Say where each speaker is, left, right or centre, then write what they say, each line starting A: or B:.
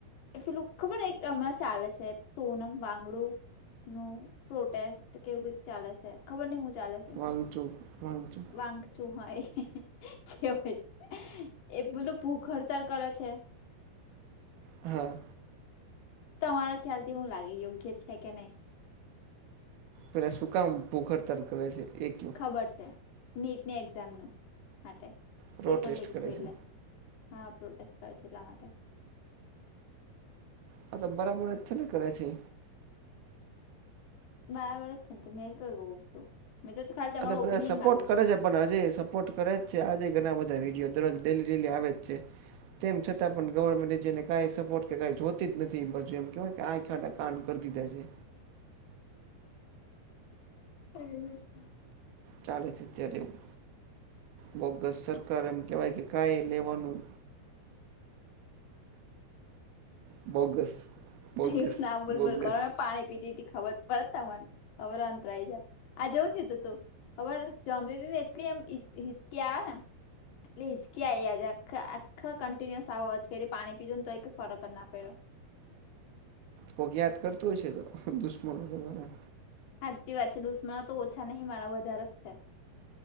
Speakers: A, on the left (about 90°); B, on the right (about 75°).
A: એ પેલું ખબર હમણાં ચાલે છે સોનમ વાંગડું નું પ્રોટેસ્ટ કેવું ચાલે છે ખબર નહ હું ચાલે છે.
B: પચું. વાઘચુ
A: પાંખચુ હોય હોય એ બલું ભૂખ હડતાર કરે છે.
B: હા.
A: તમારા ખ્યાલ થી હું લાગે યોગ્ય છે કે નહીં?
B: પેલા સુકામ ભૂ હરતર કરે છે એકયો?
A: ખબર છે નીટની એક્ઝામ ન માટે,
B: પ્રોટેસ્ટ
A: પેપર લીક
B: કરે
A: એટલે.
B: છે
A: હા પ્રોટેસ્ટ કરે છે એટલા માટે.
B: હા તો બરાબર અ છે ને કરે છે?
A: બરાબર જ છે ને તો મેં કઈ કઉ છું મેં તો ખાલી તમારો
B: અને બધા
A: ઓપિનિયન
B: સપોર્ટ
A: માગુ
B: કરે
A: છો.
B: છે પણ હજે સપોર્ટ કરે જ છે આજે ઘણા બધા વિડીયો દરરોજ ડેલી ડેલી આવે જ છે. તેમ છતાં પણ ગવર્મેન્ટ જેને કઈ સપોર્ટ કે કઈ જોતી જ નથી બાજુ એમ કેહેવાય કે આ ખાડા આમતેમ થઈ જા છે.
A: <unintelligible>
B: ચાલે છે ત્યારે એવું. બોગસ સરકાર એમ કહેવાય કે કાઈ લેવાનું બોગસ. બોગસ
A: એવુ ના બૂલ
B: બોગસ
A: બુલ કરો મેં પાણી પીતી હતી ખબર વળતા મન અવર અંતરા આવી જાત આ જવું છે તું તું. ખબર જમને એટલી એમ હિચકી આવે એમ. એટલે ઈગજે આ આખા કન્ટિન્યુસ આવો પાણી પીજો ને તો ફરક ના પડ્યો.
B: કોક યાદ કરતું હોય છે તો દુશ્મનોરા.
A: હજી વાત છે દુશ્મનો તો ઓછા નહીં મારા વધારે જ છે.